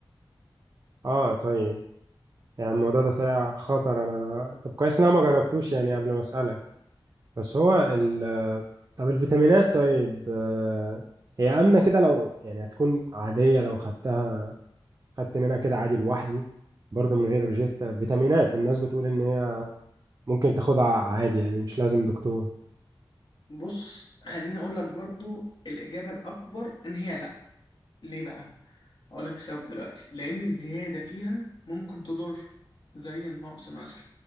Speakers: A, on the right; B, on the left.
A: اه طيب يعني الموضوع ده طلع خطر انا طب كويس إن انا ما جربتوش يعني قبل ما اسالك بس هو ال طب الفيتامينات طيب آه، هي آمنة كده لو يعني هتكون عادية لو خدتها خدت منها كده عادي لوحدي برضه من غير روجيتا فيتامينات الناس بتقول إن هي ممكن تاخدها عادي يعني مش لازم دكتور
B: بص خليني اقول لك برضو الاجابه الاكبر ان هي لا ليه بقى هقول لك السبب دلوقتي لأن الزيادة فيها ممكن تضر زي النقص مثلا